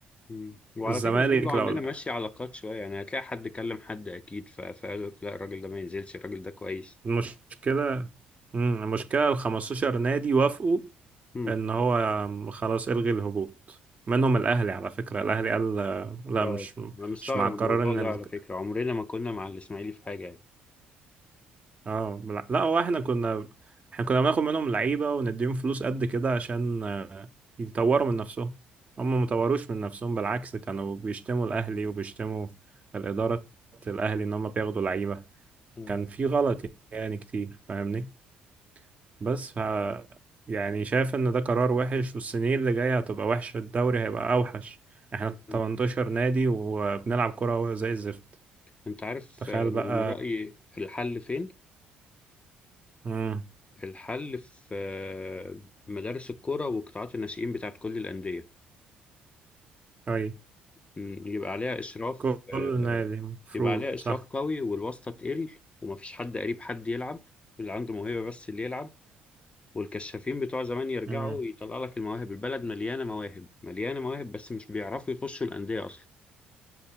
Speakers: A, on the left; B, on the right.
A: مم. وعلى
B: الزمالك
A: فكرة برضو عندنا
B: لو لا
A: ماشية علاقات شوية يعني هتلاقي حد كلم حد أكيد ف- فقال لك لا الراجل ده ما ينزلش الراجل ده كويس
B: المشكلة مم، المشكلة ال 15 نادي وافقوا
A: مم.
B: ان هو خلاص الغي الهبوط منهم الاهلي على فكرة الاهلي قال لا
A: اه
B: مش
A: أنا مستغرب
B: مش مع القرار
A: الموضوع
B: ان
A: ده
B: ال...
A: على فكرة عمرنا ما كنا مع الإسماعيلي في حاجة يعني
B: اه لا لا، هو احنا كنا احنا كنا بناخد منهم لعيبة ونديهم فلوس قد كده عشان آه، يطوروا من نفسهم هم ما طوروش من نفسهم بالعكس كانوا بيشتموا الاهلي وبيشتموا الإدارة الاهلي ان هم بياخدوا لعيبة
A: مم.
B: كان في غلط يعني كتير فاهمني بس ف يعني شايف ان ده قرار وحش والسنين اللي جاية هتبقى وحشة الدوري هيبقى اوحش احنا
A: مم.
B: 18 نادي وبنلعب كرة زي الزفت
A: أنت عارف
B: تخيل
A: آه،
B: بقى
A: من رأيي الحل فين؟
B: امم
A: الحل في آه، مدارس الكرة وقطاعات الناشئين بتاعت كل الأندية
B: اي
A: مم. يبقى عليها إشراف
B: كل
A: آه،
B: نادي مفروض
A: يبقى عليها إشراف
B: صح
A: قوي والواسطة تقل ومفيش حد قريب حد يلعب اللي عنده موهبة بس اللي يلعب والكشافين بتوع زمان يرجعوا
B: امم
A: يطلع لك المواهب البلد مليانة مواهب مليانة مواهب بس مش بيعرفوا يخشوا الأندية أصلا